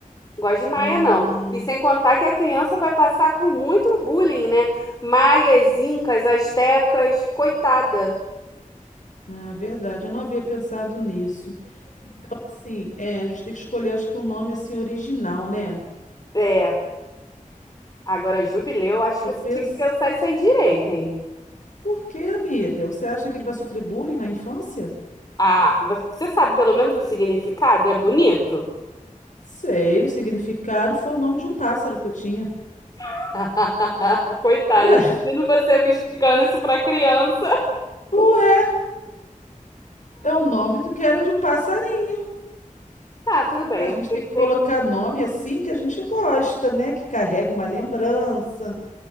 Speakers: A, on the left (about 25°); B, on the left (about 65°).
A: Gosto de Maia,
B: Hum,
A: não. E sem contar que a criança vai passar por muito bullying, né? Maias, incas, astecas, coitada.
B: ah, verdade, eu não havia pensado nisso. Sim, é, a gente tem que escolher, acho que um nome assim original, né?
A: É, agora jubileu, acho
B: Tô
A: que
B: pensando.
A: você tinha que pensar isso aí direito, hein?
B: Por quê, amiga? Você acha que ele vai sofrer bullying na infância?
A: Ah, você sabe pelo menos o significado? É bonito?
B: Sei, o significado foi o nome de um pássaro que eu tinha.
A: <laughs> Coitada,
B: Ué,
A: imagino você explicando isso pra criança.
B: <laughs> ué, é o nome do que era de um passarinho.
A: Tá, tudo bem,
B: A
A: eu
B: gente
A: vou respeitar,
B: tem que colocar nome assim que a gente gosta, né? Que carrega uma lembrança.